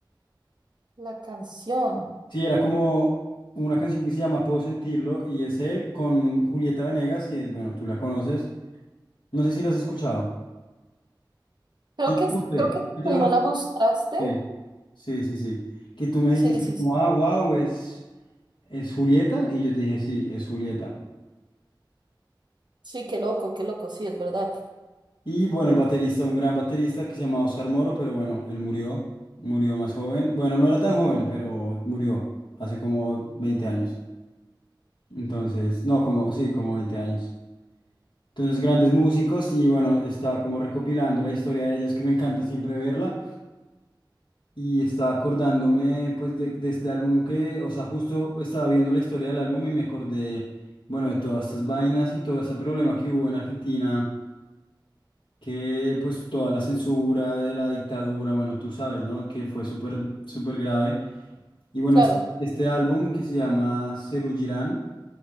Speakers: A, on the right; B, on the left.
A: la canción.
B: Sí, era como una canción que se llama Puedo sentirlo y es él con Julieta Venegas, que bueno, tú la conoces. No sé si lo has escuchado.
A: Creo
B: Yo te
A: que,
B: mostré.
A: creo que
B: Yo te
A: tú
B: la
A: me
B: mostré.
A: la mostraste.
B: Sí, sí, sí. sí. Que tú me dijiste,
A: Sí, sí,
B: como,
A: sí.
B: ah, wow, es, es Julieta. Y yo te dije, sí, es Julieta.
A: Sí, qué loco, qué loco, sí, es verdad.
B: Y bueno, el baterista, un gran baterista que se llamaba Oscar Moro, pero bueno, él murió. Murió más joven. Bueno, no era tan joven, pero murió hace como 20 años. Entonces, no, como, sí, como 20 años. Entonces, grandes músicos y bueno, estaba como recopilando la historia de ellos, que me encanta siempre verla. Y estaba acordándome pues de, de este álbum que, o sea, justo estaba viendo la historia del álbum y me acordé, bueno, de todas estas vainas y todo ese problema que hubo en Argentina, que pues toda la censura de la dictadura, bueno, tú sabes, ¿no? Que fue súper, súper grave. Y bueno,
A: Claro.
B: es- este álbum que se llama Serú Girán,